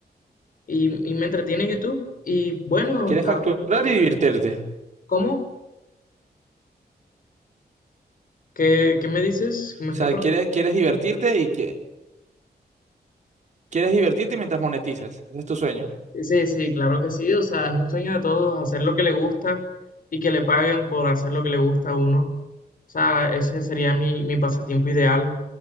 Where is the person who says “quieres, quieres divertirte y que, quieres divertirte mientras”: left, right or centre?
Right